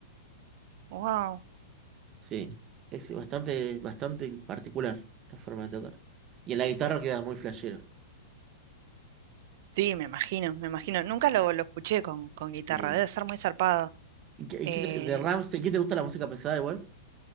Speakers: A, on the right; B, on the right.
A: Wow.
B: Sí, es bastante, bastante particular la forma de tocar. Y en la guitarra queda muy flashero.
A: Sí, me imagino, me imagino. Nunca lo, lo escuché con, con guitarra.
B: Sí.
A: Debe ser muy zarpado.
B: ¿Y qué- y
A: Eh,
B: qué te- de Rammstein, ¿qué te gusta la música pesada igual?